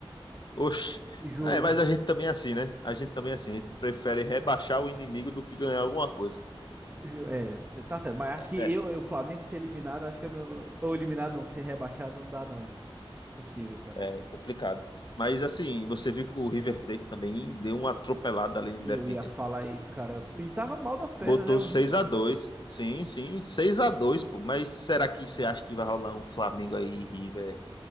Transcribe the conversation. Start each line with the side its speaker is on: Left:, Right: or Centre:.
Left: Oxe.
Right: Juro.
Left: É, mas a gente também é assim, né? A gente também é assim. A gente prefere rebaixar o inimigo do que ganhar alguma coisa.
Right: Ju- é, tá certo, mas acho que
Left: É,
Right: eu, eu, o Flamengo ser eliminado, acho que eu não, ou eliminado não, ser rebaixado não dá não. Possível, cara.
Left: é complicado. Mas assim, você viu que o River Plate também deu uma atropelada ali no Independente
Right: Eu ia falar isso, cara. E tava mal das pernas,
Left: Botou
Right: né? Horrível.
Left: seis a dois Sim, sim, seis a dois pô. Mas será que você acha que vai rolar um Flamengo aí e River